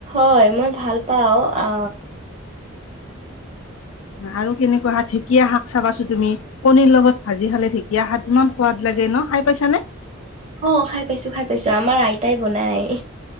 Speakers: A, on the right; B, on the left.
A: হয় মই ভাল পাওঁ আ,
B: আৰু কেনেকুৱা ঠিক ঢেকীয়া শাক চাবাচো তুমি কণীৰ লগত ভাজি খালে ঢেঁকীয়া শাক ইমান সোৱাদ লাগে ন? খাই পাইছানে?
A: অ, খাই পাইছো খাই পাইছো আমাৰ আইতাই বনাই।